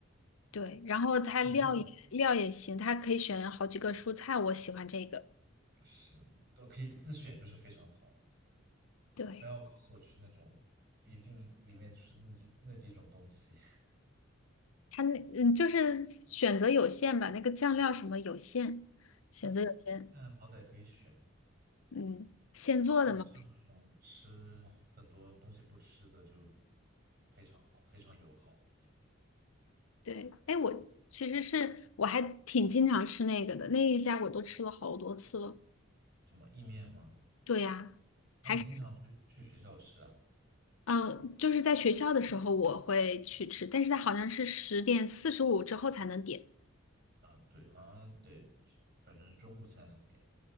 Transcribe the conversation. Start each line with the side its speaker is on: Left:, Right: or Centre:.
Left: 对，然后它料也料也行，
Right: 我觉得主
Left: 它可以选好几个蔬菜，我喜欢这个。
Right: 是都可以自选，就是非常好。
Left: 对，
Right: 不要告诉我吃那种一定里面吃那几那几种东西。<laughs>
Left: 它那嗯就是选择有限吧，那个酱料什么有限，选择有限。
Right: 对，但好歹可以选，
Left: 嗯，现做的嘛。
Right: 然后像这种吃很多东西不吃的就非常好，非常友好。
Left: 对，哎，我其实是我还挺经常吃那个的，那一家我都吃了好多次了。
Right: 什么意面吗？
Left: 对呀，还是
Right: 哦，你经常去去学校吃啊？
Left: 嗯、呃就是在学校的时候我会去吃，但是它好像是十点四十五之后才能点。
Right: 啊，对，好像得，反正是中午才能点，